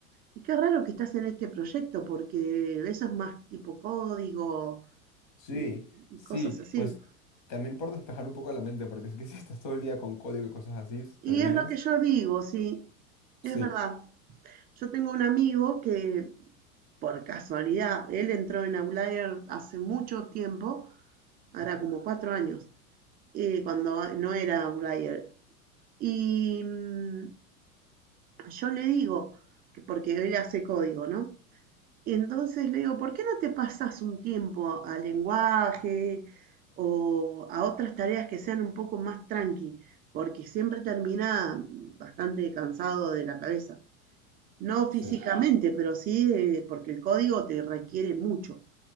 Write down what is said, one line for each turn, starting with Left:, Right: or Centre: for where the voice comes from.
Right: Y qué raro que estás en este proyecto, porque eso es más tipo código
Left: Sí,
Right: y, y
Left: sí,
Right: cosas así.
Left: pues también por despejar un poco la mente, porque es que <laughs> si estás todo el día con código y cosas así,
Right: Y
Left: terminas.
Right: es lo que yo digo, sí,
Left: Sí,
Right: es verdad. Yo tengo un amigo que por casualidad, él entró en Outlier hace mucho tiempo, ahora
Left: Ok.
Right: como cuatro años, eh, cuando no era Outlier. Y mm, yo le digo, que porque él hace código, ¿no? Y entonces le digo, ¿por qué no te pasas un tiempo a lenguaje o a otras tareas que sean un poco más tranqui? Porque siempre termina bastante cansado de la cabeza. No físicamente,
Left: sí,
Right: pero sí eh, porque el código te requiere mucho.